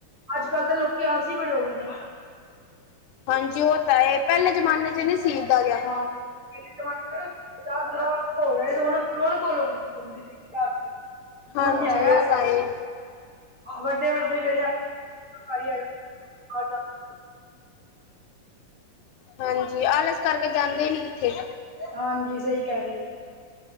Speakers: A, on the right; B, on the left.
A: ਅੱਜ -ਕੱਲ੍ਹ ਤਾਂ ਲੋਕੀ ਆਲਸੀ ਬੜੇ ਹੋ ਗਏ ਨੇ।
B: ਹਾਂਜੀ ਔ ਤੈ ਏ ਪੈਲੇ ਜਮਾਨੇ ਚ ਨੀ ਸੀ‌ ਇਦਾਂ ਦਾ।
A: ਹਾਂ। <unintelligible> <unintelligible> ਪਾਰਾ ਹੋ ਗਿਆ ਰੋ ਰੋਣ ਵਲੋ ਵੀ ਘਰ ਚ।
B: ਹਾਂਜੀ
A: ਹੁਣ ਯੈਯੈ
B: ਉਹ
A: ਸਭ,
B: ਤਾਂ ਹੈ
A: ਵੱਡੇ -ਵੱਡ ਜਿਹੜੇ ਆ <unintelligible>
B: ਹਾਂਜੀ ਆਲਸ ਕਰਕੇ ਜਾਂਦੇ ਈ ਨੀ ਕਿੱਥੇ।
A: ਹਾਂਜੀ ਸਈ ਕੈਰੇ ਔ ਜੀ।